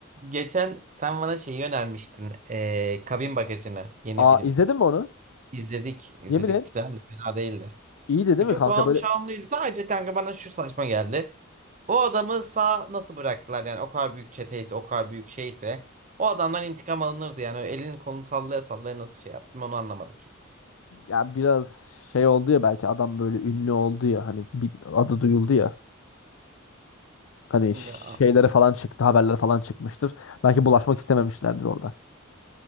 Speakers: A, on the right; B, on the left.
A: geçen sen bana şeyi önermiştin. Ee, Kabin Bagajı'nı yeni
B: Aa
A: film.
B: izledin mi onu?
A: İzledik. izledik
B: Yemin et.
A: Güzeldi. Fena değildi.
B: İyiydi değil
A: Ve Çok
B: mi kanka?
A: ağım
B: Böyle
A: şahım değildi. Sadece kanka bana şu saçma geldi. O adamı sağ nasıl bıraktılar yani o kadar büyük çeteyse o kadar büyük şeyse o adamdan intikam alınırdı yani elini kolunu sallaya sallaya nasıl şey yaptım onu anlamadım çok.
B: ya biraz şey oldu ya belki adam böyle ünlü oldu ya hani bir adı duyuldu ya. Hani şeylere
A: Ya,
B: falan çıktı, haberler falan çıkmıştır. Belki bulaşmak istememişlerdir orada.